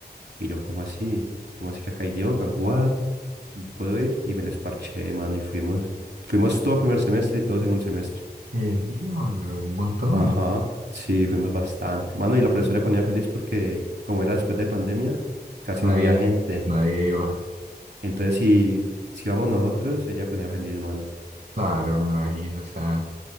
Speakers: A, on the right; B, on the right.
A: Y yo, ¿cómo así? ¿Cómo así que acá hay yoga? ¿What? ¿Puedo ir? Y me les parché, mano, y fuimos. Fuimos todo primer semestre y todos en un semestre.
B: El diablo, un montón.
A: Ajá, sí, fuimos bastante. Mano, y la profesora le ponía feliz porque como era después de pandemia, casi
B: Nadie,
A: no había gente.
B: nadie iba.
A: Entonces, si, si vamos nosotros, ella ponía feliz, mano.
B: Claro, me imagino, o sea.